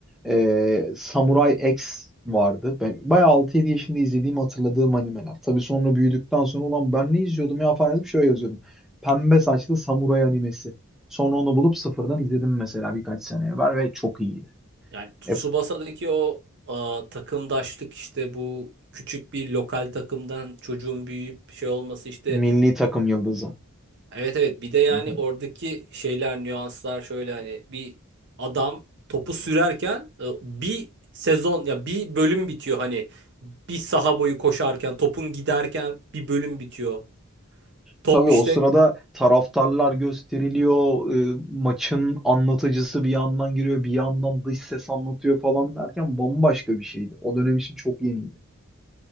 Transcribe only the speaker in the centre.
Ee, Samurai X vardı. Ben bayağı 6-7 yaşında izlediğim hatırladığım animeler. Tabii sonra büyüdükten sonra ulan ben ne izliyordum ya falan yazıp şöyle yazıyordum. Pembe saçlı samuray animesi. Sonra onu bulup sıfırdan izledim mesela birkaç sene evvel ve çok iyiydi.
Hep
milli takım yıldızı.
Hı hı.
Tabii o
sırada taraftarlar gösteriliyor, e, maçın anlatıcısı bir yandan giriyor, bir yandan dış ses anlatıyor falan derken bambaşka bir şeydi. O dönem için çok yeniydi.